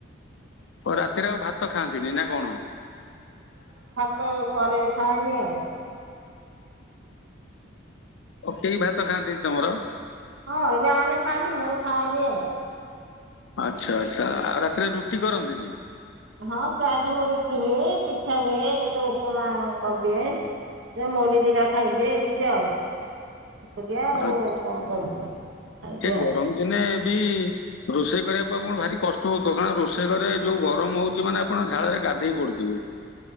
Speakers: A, on the left (about 75°); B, on the right (about 70°).
A: ରାତିରେ ଆଉ ଭାତ ଖାଆନ୍ତିନି ନା କଣ?
B: ତ ପରେ ଥାଏନି ଆଉ
A: ଆଉ କେହି ଭାତ ଖାଆନ୍ତିନି ତମର
B: ହଁ ଅଲଗା ମାନେ ଖାଆନ୍ତି, ମୁଁ ଖାଏନି ଆଉ
A: ଆଚ୍ଛା ଆଚ୍ଛା ଆଉ ରାତିରେ ରୁଟି କରନ୍ତିନି?
B: ହଁ ପ୍ରାୟ ସମୟ ରୁଟି ହୁଏ ପିଠା ହୁଏ କେତେ ଉପମା କରିଦିଏ ସେ ମୁଡି ଦିଟା ଖାଇଦିଏ ଏମିତି ଆଉଆ
A: ଆଚ୍ଛା
B: ଆଉଉ କଣ କରିବି? ଖାଇଦିଏ
A: ଏ
B: ଆଉ।
A: ଗରମ ଦିନେ ବି ରୋଷେଇ କରିବା ପାଇଁ ପଣ ଭାରି କଷ୍ଟ। କାରଣ ରୋଷେଇ ଘରେ ଯୋଉ ଗରମ ହଉଛି ମାନେ ଆପଣ ମାନେ ଝାଳରେ ଗାଧୋଇ ପଡୁଥିବେ।